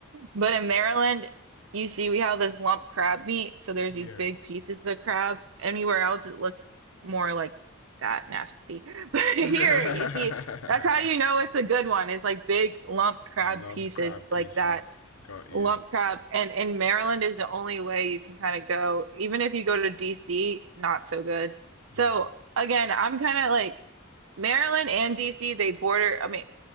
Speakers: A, on the right; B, on the left.
A: But in Maryland, you see, we have this lump crab meat, so there's
B: Yeah.
A: these big pieces of crab. Anywhere else, it looks more like that nasty. <laughs> But here,
B: Hmm.
A: you see, that's how you
B: <laughs>
A: know it's a good one. It's like big lump crab
B: Lump
A: pieces
B: crab pieces.
A: like that
B: Got you.
A: lump crab and in Maryland is the only way you can kind of go. Even if you go to DC, not so good.
B: Hmm.
A: So again, I'm kind of like Maryland and DC, they border, I mean,